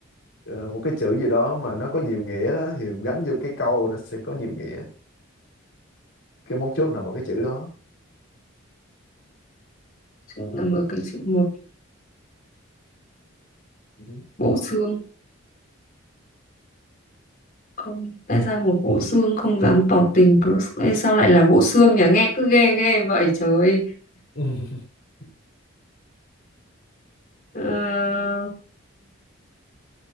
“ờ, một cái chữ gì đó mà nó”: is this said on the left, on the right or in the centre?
Left